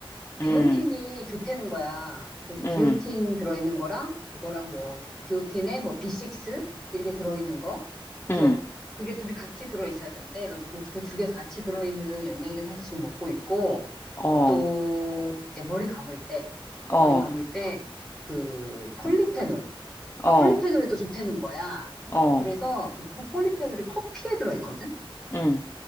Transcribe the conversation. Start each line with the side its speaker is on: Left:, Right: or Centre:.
Centre: 비오틴이
Left: 응,
Centre: 좋다는 거야. 그래서
Left: 응,
Centre: 비오틴 들어있는 거랑 그거랑 뭐 비오틴에 뭐 B6 이렇게 들어있는 거. 그래서
Left: 응,
Centre: 그게 둘이 같이 들어있어야 되는데 그래서 그두 개 같이 들어있는 영양제 사서 지금 먹고 있고
Left: 어,
Centre: 또 이제 머리 감을 때
Left: 어,
Centre: 머리 감을 때 그 폴리페놀
Left: 어,
Centre: 폴리페놀이 또 좋다는 거야.
Left: 어,
Centre: 그래서 그 폴리페놀이 커피에 들어있거든.
Left: 응,